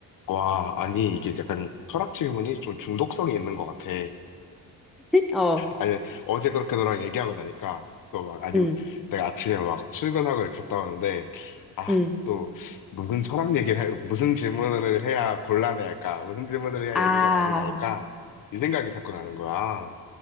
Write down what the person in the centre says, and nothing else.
어,
응,
응.
아,